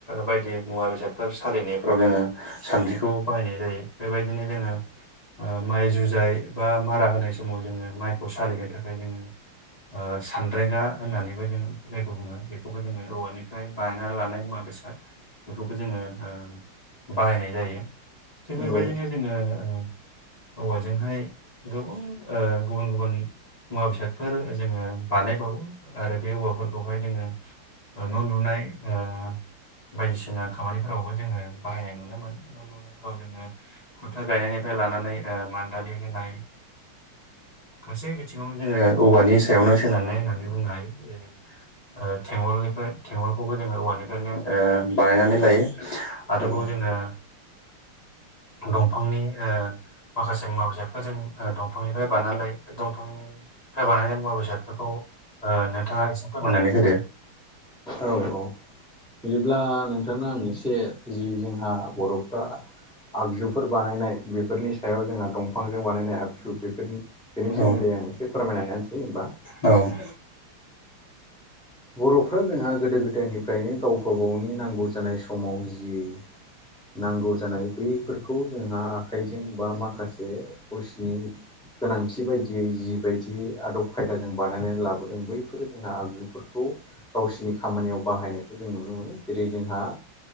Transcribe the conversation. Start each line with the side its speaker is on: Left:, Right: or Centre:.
Left: बायदि मुवा बेसादफोर सालिनाय फोराव जोङो सानद्रिखौ बाहायनाय जायो। बेबायदिनो जोङो ओ माइ जुजाय बा मारा होनाय समाव जोङो माइखौ सालिनो थाखाय जोङो ओ सानद्रेंगा होननानैबो जोङो जायखौ बुङो बेखौबो जोङो औवानिफ्राय बानायना लानाय मुवा बेसाद बेखौबो जोङो ओ बाहायनाय जायो। थिग
Centre: नंगौ
Left: बेबायदिनो जोङो ओ औवाजोंहाय गोबां ओ गुबुन गुबुन मुवा बेसादफोर जोङो बानायबावो आरो बे औवाफोरखौहाय जोङो न' लुनाय ओ बायदिसिना खामानिफोरावबो जोंङो बाहायनाय नुनो मोनो बा लुनायफोराव जोंङो खुन्था गायनायनिफ्राय लानानै मान्दालि होनाय। गासै बिथिङाव जोङो औवानि सायावनो सोनारलाय होननानै बुंनो हायो जेरै - ओ थेंगलनिफ्राय थेंगलखौबो जोंङो औवानिफ्रायनो बानायनानै लायो। आरोबाव
Centre: औ
Left: जोङो दंफांनि ओ माखासे मुवा बेसादफोरजों दंफांनिफ्राय बानायना लायो, बे दंफांनि बानायनाय मुवा बेसादफोरखौ ओ नोंथाङा एसे फोरमाननानै होदो
Centre: औ औ बिदिब्ला नोंथांनो आं एसे जि जोंहा बर'फ्रा आगजुफोर बानायनाय बेफोरनि सायाव जोंहा दंफांजों बानायनाय आगजु बेफोरनि बेनि सोमोन्दै
Left: औ
Centre: आं एसे फोरमायनानै होनानोसै होमबा
Left: औ <unintelligible>
Centre: बर'फ्रा जोंहा गोदो गोदायनिफ्रायनो गाव गावबा गावनि नांगौ जानाय समाव जि नांगौ जानाय बैफोरखौ जोंहा आखाइजों बा माखासे गावसनि गोनांथि बायदियै जिबायदि आदब खायदाजों बानाय नानै लाबोदों बैफोर जोंहा आगजुफोरखौ खौ गावसिोरनि खामानियाव बाहायनायखौ जों नुनो मोनो जेरै जोंहा